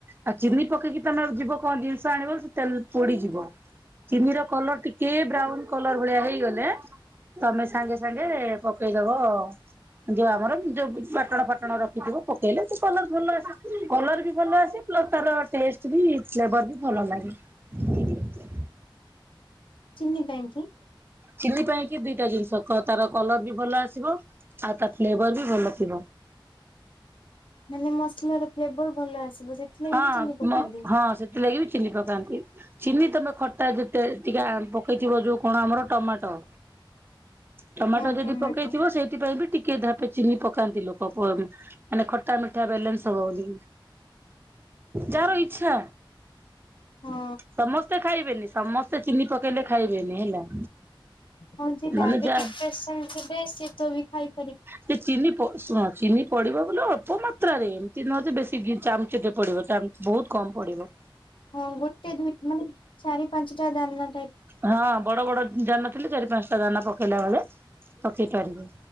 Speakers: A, on the right (about 25°); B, on the left (about 75°).
A: ଆଉ ଚିନି ପକେଇକି ତମେ ଯିବ କଣ ଜିନିଷ ତ ଆଣିବ ସେ ତେଲ ପୋଡିଯିବ। ଚିନିର କଲର ଟିକେ ବ୍ରାଉନ କଲର ଭଳିଆ ହେଇଗଲେ। ତମେ ସାଙ୍ଗେ ସାଙ୍ଗେ ପକେଇଦବ ଯୋଉ ଆମର ଯୋଉ ବାଟଣ ଫାଟଣ ରଖ ଖିଥିବ, ପକେଇଲେ ସେ କଲର ଭଲ ଆସେ। କଲର ବି ଭଲ ଆସେ ପ୍ଲସ୍ ତାର ଟେଷ୍ଟ୍ ବି ଫ୍ଲେବର୍ ବି ଭଲ <unintelligible>
B: ଚିନି ପାଇଁକି?
A: ଚିନି ପାଇଁ କି ଦିଟା ଜିନିଷ କ ତାର କଲର ବି ଭଲ ଆସିବ। ଆଉ ତା ଫ୍ଲେବର ବି ଭଲ ଥିବ।
B: ମାନେ ମସଲାର ଫ୍ଲେବର ଭଲ ଆସିବ। ସେଥିଲାଗି
A: ହଁ
B: ବି ଚିନି ପକାନ୍ତି।
A: ମ ହଁ ସେଥିଲାଗି ବି ଚିନି ପକାନ୍ତି ଚିନି ତମେ ଖଟା ଯେତେ ଟିକେ ଆମ୍ ପକେଇଥିବ ଯୋଉ କଣ ଆମର ଟମାଟ। ଟମାଟ
B: ହଁ
A: ଯଦି
B: ଟମାଟୋ।
A: ପକେଇଥିବ ସେଇଥିପାଇଁ ବି ଟିକ୍ ଟଏ ଧାପେ ଚିନି ପକାନ୍ତି ଲୋକ ମାନେ ଖଟା ମିଠାବାଲନ୍ସ ହବ ବୋଲି। ଯାହାର ଇଚ୍ଛା
B: ହଁ
A: ସମସ୍ତେ ଖାଇବେନି। ସମସ୍ତେ ଚିନି ପକେଇଲେ ଖାଇବେନି ହେଲା।
B: ହଁ ଡାଇବେଟିକ
A: ମାନେ ଯା
B: ପେସେଣ୍ଟ ସଏ ତ ବି ଖାଇ
A: ସେ ଚିନି ଶୁଣ ଚିନି ପଡିବ ବୋଲେ ଅଳ୍ପ ମାତ୍ରାରେ ଏମତି ହଜ ବେଶୀ ଚାମଚ ଟେ ପଡିବ ବହୁତ କମ ପଡିବ।
B: ହଁ ଗୋଟେ ଦୁଇ ମାନେ ଚାରି ପାଞ୍ଚଟା ଦାନ।
A: ହଁ ବଡ ବଡ ଯାନା ଥିଲେ ଚାରି ପାଞ୍ଚଟା ଯାନା ପକେଇଲେ ମ ପକେଇ ପାରିବ